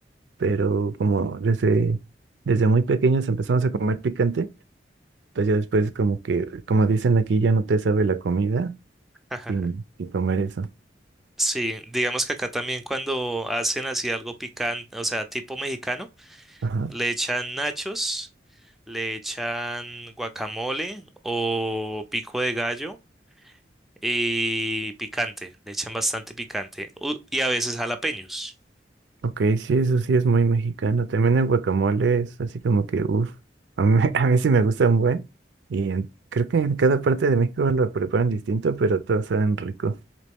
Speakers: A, on the right (about 80°); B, in the centre.
A: pero como desde, desde muy pequeños empezamos a comer picante, pues ya después como que, como dicen aquí, ya no te sabe la comida
B: <laughs> Ajaja.
A: sin, sin comer eso.
B: Sí, digamos que acá también cuando hacen así algo picante, o sea, tipo mexicano,
A: Ajá.
B: le echan nachos, le echan guacamole o pico de gallo y picante, le echan bastante picante. U- y a veces jalapeños.
A: Ok, sí, eso sí es muy mexicano. También el guacamole es así como que, uff, a mí, <laughs> a mí sí me gusta un buen. Y en- creo que en cada parte de México lo preparan distinto, pero todos saben rico.